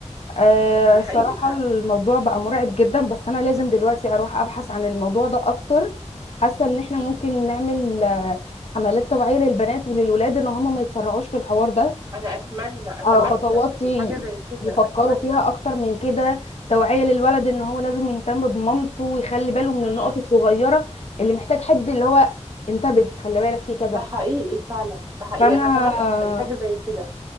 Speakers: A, on the left (about 60°); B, on the right (about 30°).
A: آه
B: ده
A: الصراحه
B: حقيقي
A: الموضوع بقى مرعب جدا بس انا لازم دلوقتي اروح ابحث عن الموضوع ده اكتر حاسه ان احنا
B: فعلا
A: ممكن نعمل آه، حملات توعيه للبنات وللولاد ان هم ما يتسرعوش في الحوار ده
B: انا اتمنى اتمنى
A: آه، خطوات ي-
B: الحاجه زي كده
A: يفكروا
B: اتمنى
A: فيها اكتر من كده توعية للولد ان هو لازم يهتم بمامته ويخلي باله من
B: امم
A: النقط الصغيرة اللي محتاج حد اللي هو انتبه خلي بالك في كذا
B: ده حقيقي فعلا ده حقيقي
A: فانا
B: انا اتمنى
A: آه،
B: الحاجه زي كده